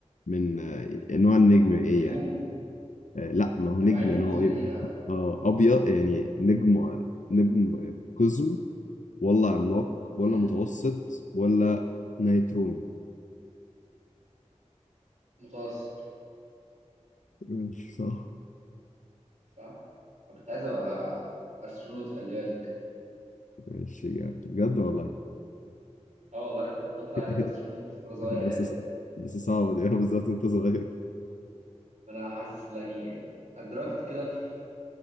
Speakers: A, on the left (about 80°); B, on the right (about 70°).
A: من آه، نوع النجم ايه
B: نجوم
A: يعني؟ آه لا ما هو
B: أنواع
A: نجم
B: النجوم
A: نوع
B: الإيه
A: ايه بقى؟
B: بقى؟
A: <laughs> اه ابيض يعني نجم آه، نجم آه، قزم ولا عملاق ولا
B: مم؟
A: متوسط ولا نيتروني
B: متوسط
A: ماشي صح
B: صح أنا كنت عايز أبقى أسترونوت خلي بالك
A: ماشي جامد. بجد والله
B: أه والله كنت فترة عايز
A: <laughs>
B: أبقى أسترونوت وأنا صغير
A: بس
B: يعني
A: بس صعبة دي <laughs> أنا بالذات أنت صغير
B: أنا حاسس يعني أدركت كده في